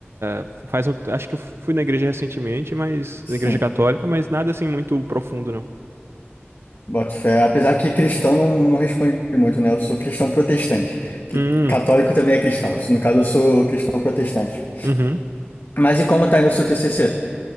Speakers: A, on the right; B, on the left.
A: é, faz um, acho que eu fui na igreja recentemente, mas
B: Sim,
A: na igreja católica, mas nada assim muito profundo, não.
B: boto fé. Apesar que cristão não, não responde muito, né? Eu sou cristão protestante. Que
A: Hum,
B: católico também é cristão. No caso, eu sou cristão protestante.
A: uhum.
B: Mas e como tá indo o seu TCC?